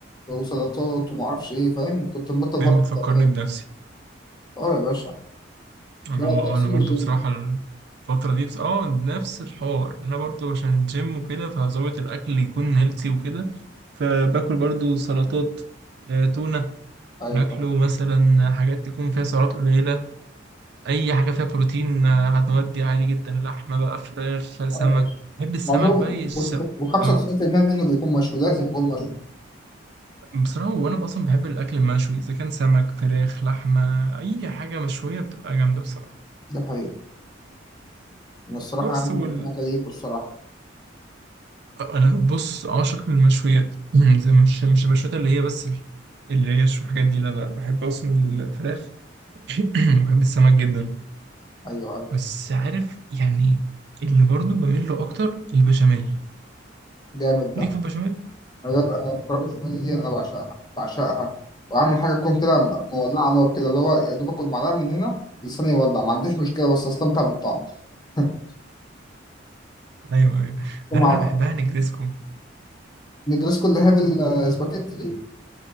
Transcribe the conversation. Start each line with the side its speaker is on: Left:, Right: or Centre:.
Left: وسلطات وما اعرفش ايه فاهم كنت مبطل
Right: فاهم
Left: برضه
Right: بتفكرني
Left: الدورات.
Right: بنفسي
Left: اه يا باشا
Right: اللي
Left: ده
Right: هو
Left: ده
Right: أه
Left: اصول
Right: أنا برضو
Left: الجيم
Right: بصراحة الفترة دي بس أه نفس الحوار أنا برضو عشان الجيم وكده فظابط الأكل يكون هيلثي وكده فباكل برضو سلطات آه، تونة
Left: ايوه
Right: ناكله
Left: فاهم
Right: مثلا حاجات تكون فيها سعرات قليلة اي حاجه فيها بروتين آه، هتودي عالي جدا لحمه بقى فراخ سمك
Left: اه يا باشا
Right: بحب السمك
Left: معظم
Right: بقى يس-
Left: و95%
Right: آه،
Left: منه بيكون مشوي لازم يكون مشوي
Right: بصراحه وانا اصلا بحب الاكل المشوي اذا كان سمك فراخ لحمه اي حاجه مشويه بتبقى جامده بصراحه
Left: ده حقيقي انا الصراحه
Right: بس
Left: يعني
Right: وال...
Left: انا كيف الصراحه
Right: آه، انا بص عاشق للمشويات <clears throat> زي مش مش المشويات اللي هي بس ال- اللي هي شو الحاجات دي لا لا بحب اصلا الفراخ <clears throat> بحب السمك جدا
Left: ايوه ايوه
Right: بس عارف يعني اللي برضه بميل له اكتر البشاميل
Left: جامد ده
Right: ليك في البشاميل
Left: أنا بقى- أنا الكرة البشاميل دي أنا بعشقها بعشقها وأهم حاجة تكون كده م- مولعة نار كده اللي هو يا دوب آكل معلقة من هنا لساني يولع ما عنديش مشكلة بس أستمتع بالطعم <laughs>
Right: ايوه ايوه
Left: مع
Right: عارف انا بحبها نجريسكو
Left: نجرسكو اللي هي بالسباكيتي دي